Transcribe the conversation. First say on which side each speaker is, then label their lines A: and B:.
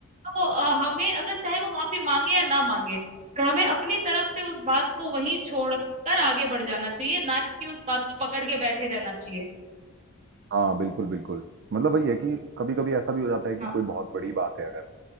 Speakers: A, on the right; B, on the right.
A: तो अ, हमें अगर चाहे वो माफी मांगे या ना मांगे पर हमें अपनी तरफ से उस बात को वहीं छोड़कर आगे बढ़ जाना चाहिए ना कि उस बात को पकड़ के बैठे रहना चाहिए
B: हाँ बिल्कुल बिल्कुल मतलब वही है कि कभी कभी ऐसा भी हो जाता है कि
A: हाँ
B: कोई बहुत बड़ी बात है अगर